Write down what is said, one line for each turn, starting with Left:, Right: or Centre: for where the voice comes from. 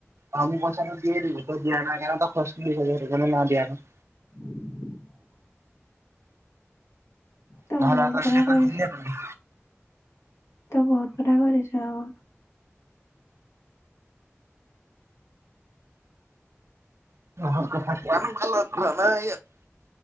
Right: অ' মোৰ প‌ইচা ত‌ই দিয়ে দিবি। তই দিয়া নাই কাৰণে খৰচ দিয় সেইটো কাৰণে নাই দিয়া আকৌ।
Left: <unintelligible> তই
Right: নহয়
Left: বহুত
Right: নহয়।
Left: কথা কৈ দিছ তই বহুত কথা কৈ দিছোঁ আকৌ।
Right: <unintelligible>